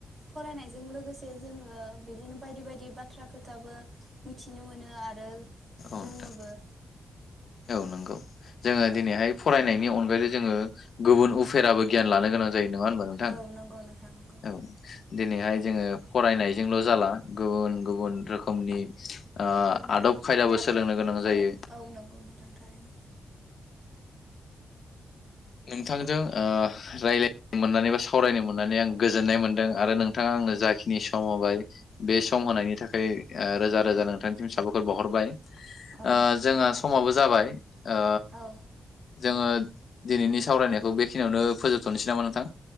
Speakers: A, on the right; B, on the left.
A: फरायनायजों लोगोसे जोङो बिदिनो बायदि बायदि बाथ्रा खोथाबो मिथिनो मोनो आरो
B: औ नोंथां
A: रोङोबो
B: औ नंगौ जोङो
A: औ
B: दिनैहाय फरायनायनि अनगायै जोङो गुबुन उफेराबो गियान लानो गोनां <unintelligible> नङा होनबा नोंथां
A: औ नंगौ नोंथां नंगौ
B: औ दिनैहाय जोङो फरायनायजोंल' जाला गुबुन गुबुन रोखोमनि ओ
A: गुबुन गुबुन
B: आदब खायदाबो
A: आयदाफोर
B: सोलोंनो गोनां
A: औ
B: जायो।
A: औ नंगौ नोंथां थारैनो
B: नोंथांजों ओ रायज्लायनो मोननानै बा सावरायनो मोननानै आं गोजोननाय मोनदों आरो नोंथाङा आंनो जाखिनि सम होबाय बे सम होनायनि थाखाय ओ रोजा रोजा नोंथांनिसिम साबायखर बावहरबाय ओ
A: औ नोंथां
B: जोंहा समाबो जाबाय ओ
A: औ
B: जोङो दिनैनि सावरायनायखौ बेखिनियावनो फोजोबथ'नोसै नामा नोंथां?